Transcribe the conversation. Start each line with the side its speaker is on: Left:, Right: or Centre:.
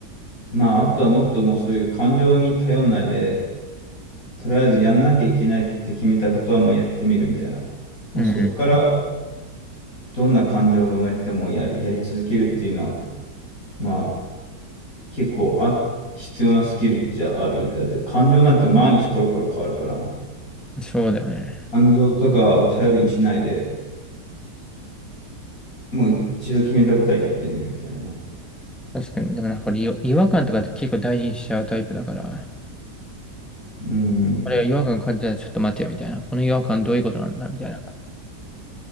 Left: う。まあ、あとはもっともうそういう感情に頼んないで、とりあえずやんなきゃいけないって決めたことはもうやってみるみたいな。もうそこから
Centre: うんう
Left: どんな感情が生まれてもやり、やり続けるっていうのは、まあ、結構あ、必要なスキルっゃあるよね。だって感情なんて毎日コロコロ変わるから、
Centre: ん。そうだよね。
Left: 感情とかを頼りにしないで、もう一度決めたことはやってみるみたいなね。
Centre: 確かに。でもなんか俺よ違和感とか結構大事にしちゃうタイプだから、
Left: うん。
Centre: あれは違和感感じたらちょっと待てよみたいな。この違和感どういうことなんだみたいな。